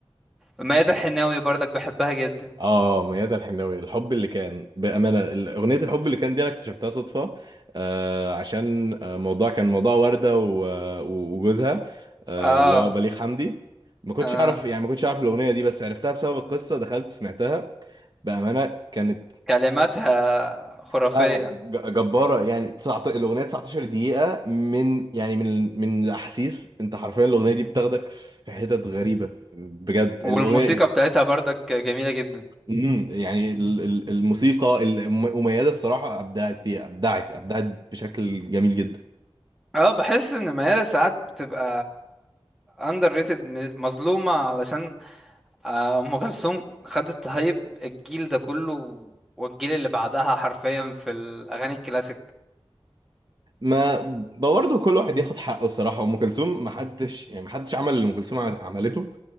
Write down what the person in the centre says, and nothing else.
ميادة الحناوي برضك بحبها جدا
اه
اه
كلماتها خرافيه
والموسيقى بتاعتها برضك جميله جدا
اه بحس ان ميادة ساعات بتبقى اندر ريتد مظلومه علشان آه، ام كلثوم خدت هايب الجيل ده كله والجيل اللي بعدها حرفيا في الاغاني الكلاسيك